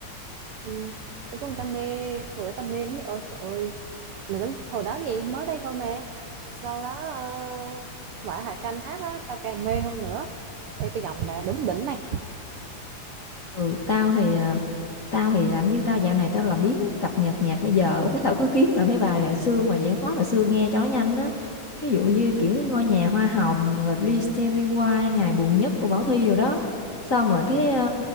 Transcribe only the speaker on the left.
ừ tao thì à, tao thì làm như tao dạo này tao làm biếng cập nhật nhạc bây giờ <laughs> cái tao cứ kiếm lại mấy bài hồi xưa mà dạng khó là xưa nghe cho nó nhanh á ví dụ như kiểu ngôi nhà hoa hồng rồi Please Tell Me Why ngày buồn nhất của Bảo Thy rồi đó xong rồi cái à,